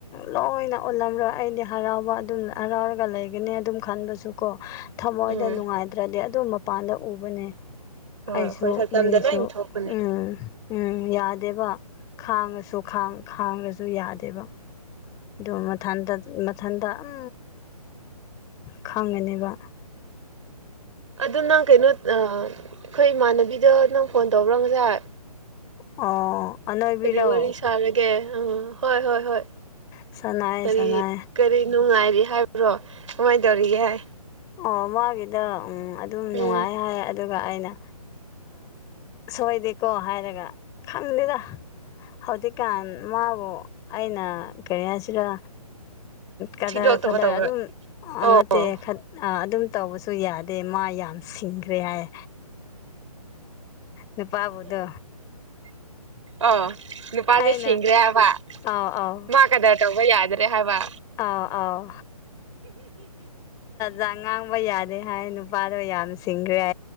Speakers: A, on the left; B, on the right.
A: ꯂꯣꯏꯅ ꯎꯜꯂꯝꯔꯣꯏ ꯑꯩꯗꯤ ꯍꯔꯥꯎꯕ ꯑꯗꯨꯝ ꯍꯔꯥꯎꯔꯒ ꯂꯩꯒꯅꯤ ꯑꯗꯨꯝ ꯈꯟꯕꯁꯨ ꯀꯣ ꯊꯃꯣꯏꯗ
B: ꯎꯝ
A: ꯅꯨꯡꯉꯥꯏꯇ꯭ꯔꯗꯤ ꯑꯗꯨ ꯃꯄꯥꯟꯗ ꯎꯕꯅꯦ
B: ꯍꯣꯏ
A: ꯑꯩꯁꯨ
B: ꯑꯩꯈꯣꯏ ꯁꯛꯇꯝꯗ
A: ꯃꯤꯁꯨ
B: ꯂꯣꯏ ꯊꯣꯛꯄꯅꯦ
A: ꯎꯝ ꯎꯝ ꯌꯥꯗꯦꯕ ꯈꯥꯡꯉꯁꯨꯥꯡ ꯈꯥꯡꯉꯁꯨ ꯌꯥꯗꯦꯕ ꯑꯗꯨ ꯃꯊꯟꯗ ꯃꯊꯟꯇꯝ ꯈꯪꯉꯅꯦꯕ
B: ꯑꯗꯨ ꯅꯪ ꯀꯩꯅꯣ ꯑꯩꯈꯣꯏ ꯏꯃꯥꯟꯅꯕꯤꯗ ꯅꯪ ꯐꯣꯟ ꯇꯧꯕ꯭ꯔꯣ ꯉꯁꯥꯏ
A: ꯑꯣ ꯑꯅꯣꯏꯕꯤꯔꯣ
B: ꯀꯔꯤ ꯋꯥꯔꯤ ꯁꯥꯔꯒꯦ ꯑꯥ ꯍꯣꯏ ꯍꯣꯏ ꯍꯣꯏ
A: ꯁꯥꯟꯅꯩ
B: ꯀꯔꯤ
A: ꯁꯥꯟꯅꯩ
B: ꯀꯔꯤ ꯅꯨꯡꯉꯥꯏ ꯍꯥꯏꯕ꯭ꯔꯣ ꯀꯃꯥꯏꯅ ꯇꯧꯔꯤꯒꯦ ꯍꯥꯏ
A: ꯑꯣ ꯃꯥꯒꯤꯗ ꯎꯝ ꯑꯗꯨꯝ
B: ꯎꯝ
A: ꯅꯨꯡꯉꯥꯏ ꯍꯥꯏ ꯑꯗꯨꯒ ꯑꯩꯅ ꯁꯣꯏꯗꯦꯀꯣ ꯍꯥꯏꯔꯒ ꯈꯪꯗꯦꯔ ꯍꯧꯖꯤꯛꯀꯥꯟ ꯃꯥꯕꯨ ꯑꯩꯅ ꯀꯔꯤ ꯍꯥꯏꯁꯤꯔ ꯀꯗꯔ
B: ꯊꯤꯗꯣꯛꯇꯕ
A: ꯐꯗꯔ
B: ꯇꯧꯕ꯭ꯔꯥ
A: ꯑꯗꯨꯝ
B: ꯑꯣ
A: ꯅꯠꯇꯦ ꯑꯗꯨꯝ ꯇꯧꯕꯁꯨ ꯌꯥꯗꯦ ꯃꯥ ꯌꯥꯝ ꯁꯤꯡꯈ꯭ꯔꯦ ꯍꯥꯏ ꯅꯨꯄꯥꯕꯨꯗꯣ
B: ꯑꯣ ꯅꯨꯄꯥꯁꯦ
A: ꯑꯩꯅ
B: ꯁꯤꯡꯈ꯭ꯔꯦꯕ
A: ꯑꯥꯎ ꯑꯥꯎ
B: ꯃꯥ ꯀꯗꯔ ꯇꯧꯕ ꯌꯥꯗ ꯇꯦ ꯍꯥꯏꯕ
A: ꯑꯥꯎ ꯑꯥꯎ ꯖ ꯉꯥꯡꯕ ꯌꯥꯗ ꯍꯥꯏ ꯅꯨꯄꯥ ꯌꯥꯝꯈ꯭ꯔ